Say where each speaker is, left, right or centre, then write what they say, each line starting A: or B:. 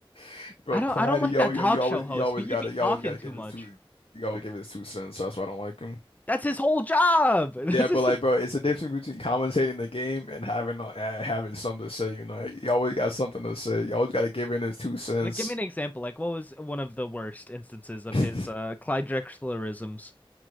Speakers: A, on the left; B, on the left.
A: <laughs> bro,
B: I don't
A: Clyde.
B: I don't like
A: Yo,
B: that
A: yo,
B: talk
A: you always
B: show host.
A: you always
B: He
A: gotta
B: be talking
A: you always gotta
B: too
A: give
B: much.
A: his two you always give his two cents. That's why I don't like him.
B: That's his whole job. <laughs> That's
A: Yeah, but
B: just
A: like, bro, it's a difference between commentating the game and having uh, uh, having something to say. You know, you always got something to say. You always gotta give in his two cents.
B: like give me an example. Like what was one of the worst instances of
A: <laughs>
B: his uh Clyde Drexlerisms?